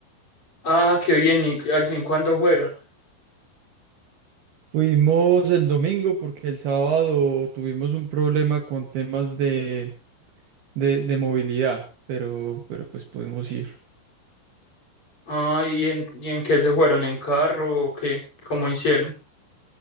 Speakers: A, on the left; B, on the right.
A: Ah, qué bien, ¿y al fin cuándo fueron?
B: Fuimos el domingo porque el sábado tuvimos un problema con temas de, de, de movilidad, pero, pero pues pudimos ir.
A: Ah, ¿y en, y en qué se fueron? ¿En carro o qué? ¿Cómo hicieron?